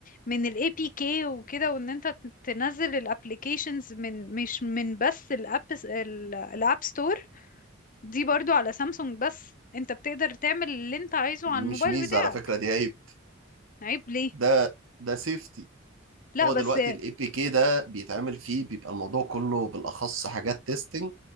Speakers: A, on the left; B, on the right.
A: من الاي بي كي وكده وان انت تنزل الابليكيشنز من مش من بس الاب الاب ستور دي برضو على سامسونج بس انت بتقدر تعمل اللي انت عايزه
B: دي
A: على
B: مش
A: الموبايل
B: ميزه
A: بتاعك
B: على فكره دي عيب
A: عيب ليه
B: ده ده سيفتي
A: لا
B: هو
A: بس
B: دلوقتي الاي بي كي ده بيتعمل فيه بيبقى الموضوع كله بالاخص حاجات تيستنج